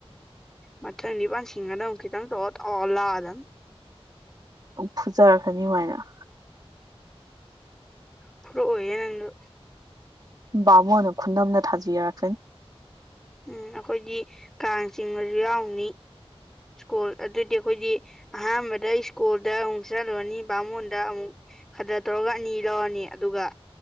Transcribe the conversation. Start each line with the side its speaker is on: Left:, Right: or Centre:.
Centre: ꯃꯊꯪꯗꯤ ꯐꯅ ꯁꯤꯡꯉꯗꯧꯅꯤ ꯈꯤꯇꯪ ꯇꯣ ꯇꯧꯔ‌ꯂꯥꯛꯑꯗꯕꯅꯤ
Right: ꯐꯨꯖꯔꯛꯁꯅꯤ ꯃꯥꯏꯅ
Centre: ꯐꯨꯛꯑꯣꯏꯌꯦ ꯅꯪꯖꯨ
Right: ꯕꯥꯃꯣꯅ ꯈꯨꯟꯅꯝꯅ ꯊꯥꯕꯤꯔꯛꯁꯅꯤ
Centre: ꯎꯝ ꯑꯩꯈꯣꯏꯗꯤ ꯀꯥꯡ ꯆꯤꯡꯉꯖꯨ ꯌꯥꯎꯅꯤ ꯁ꯭ꯀꯨꯜ ꯑꯗꯨꯗꯤ ꯑꯩꯈꯣꯏꯗꯤ ꯑꯍꯥꯟꯕꯗ ꯁ꯭ꯀꯨꯜꯗ ꯑꯃꯨꯛ ꯆꯠꯂꯨꯔꯅꯤ ꯕꯥꯃꯣꯟꯗ ꯑꯃꯨꯛ ꯐꯗꯥ ꯇꯧꯔꯒ ꯑꯅꯤ ꯂꯧꯔꯅꯤ ꯑꯗꯨꯒ